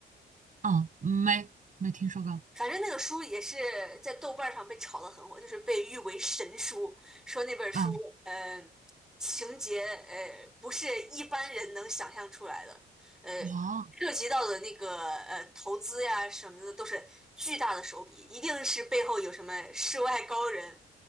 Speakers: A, on the right; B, in the centre.
A: 啊，没没听说过
B: 反正那个书也是在豆瓣上被炒得很火，就是被誉为神书，说那本书，
A: 啊，
B: 呃，情节呃不是一般人能想象出来的，呃，
A: 哇，
B: 涉及到的那个呃投资呀什么的都是巨大的手笔，一定是背后有什么世外高人，